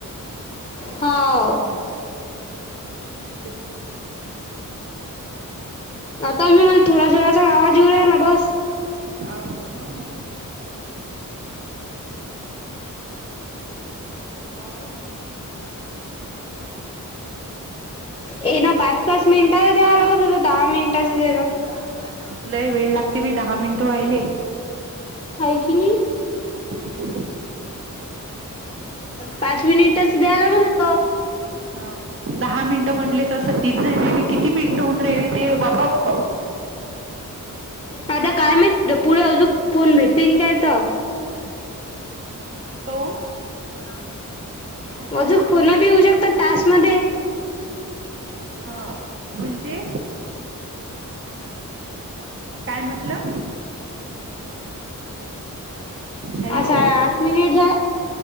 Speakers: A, on the left; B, on the right.
A: हाव.
B: ते तसे नव्हतेतच.
A: आता मी मला थोडा- थोडाचा आवाज येऊ रायला बस.
B: हाव काय? हाव ना.
A: <inaudible> ये ना पाच- पाच मिनटाचा द्या <unintelligible> दहा मिनटाच <unintelligible> <inaudible>
B: लय वेळ लाग ति बी दहा मिनटं व्हायले.
A: हाय किनी.
B: हम्म
A: पाच मिनिटच द्या लागत होत.
B: हो दहा मिनिटं म्हटले तसं तीस झायलेले किती मिनिटं हुंन राहिले ते बापा बाप
A: आता काय माहित द पुढे अजूक फोन भेटतीन काय त.
B: हाव काय, का वून?
A: हा अजूक फोन भि होऊ शकतात टास्क मध्ये.
B: हा
A: <inaudible>
B: म्हणजे काय म्हटलं हॅलो
A: असा हाय आठ मिनिट झाला